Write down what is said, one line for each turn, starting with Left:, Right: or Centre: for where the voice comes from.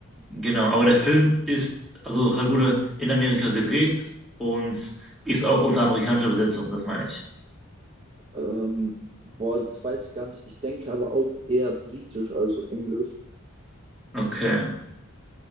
Centre: genau, aber der Film ist, also halt wurde in Amerika gedreht und ist auch unter amerikanischer Besetzung, das meine ich.
Right: Ähm, boah, das weiß ich gar nicht. Ich denke aber auch eher britisch, also englisch.
Centre: Okay.